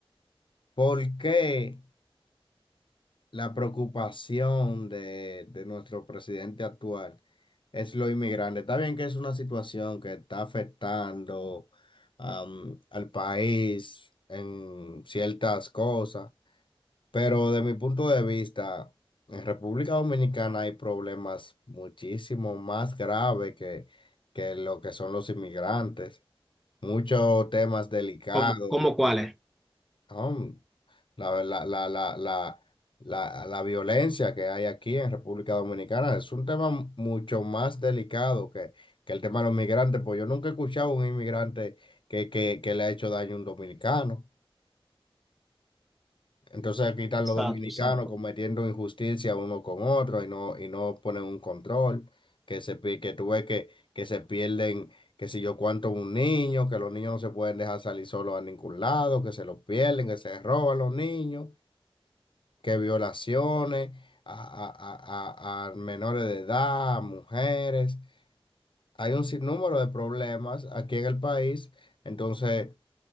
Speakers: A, on the left; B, in the centre.
A: ¿Por qué? La preocupación de, de nuestro presidente actual es lo inmigrante. Está bien que es una situación que está afectando am, al país en ciertas cosas, pero de mi punto de vista, en República Dominicana hay problemas muchísimo más graves que, que lo que son los inmigrantes. Muchos temas delicados,
B: cómo, cómo
A: el-
B: cuál
A: el-
B: es?
A: um, la, la, la, la, la, la, la violencia que hay aquí en República Dominicana. Es un tema mucho más delicado que, que el tema de los migrantes, pues yo nunca he escuchado a un inmigrante que, que, que le ha hecho daño a un dominicano. Entonces aquí están
B: Exacto,
A: los dominicanos
B: exacto.
A: cometiendo injusticia uno con otro y no, y no ponen un control, que se, pi- que tú ves que, que se pierden, que si yo cuánto un niño, que los niños no se pueden dejar salir solos a ningún lado, que se los pierden, que se roban los niños que violaciones a, a- a- a- a menores de edad, a mujeres. Hay un sinnúmero de problemas aquí en el país. Entonces,